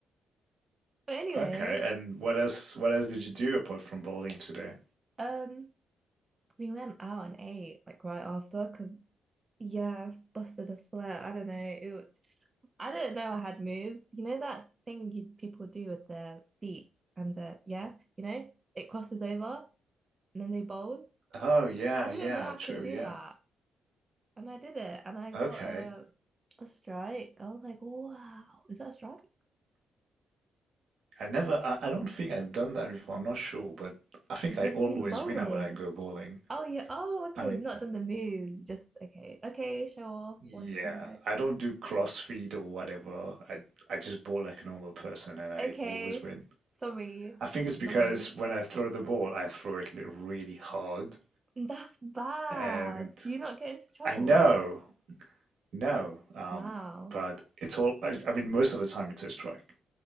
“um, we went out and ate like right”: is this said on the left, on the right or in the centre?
Right